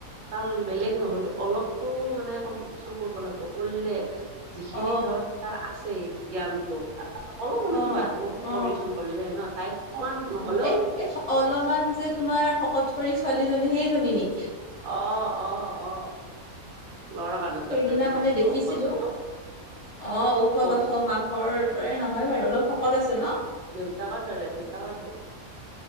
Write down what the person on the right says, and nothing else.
তাৰ বেলেগ নহলো অলপো মানে কম্পিটিচন কৰিব লাগিব কৰিলে যিখিনি
ধৰ তাৰ আছে জ্ঞানতটো অলপ হলো
বাঢ়িব
কম্পিটিচনত পলে ন তাই অ নহ'লে
অ অ অ ল'ৰা মানুহ দৰে
যে
মস্ত
ওখ চোখ
ক'ত
দেউতাকৰ ধৰে দেউতাকৰ ধৰে।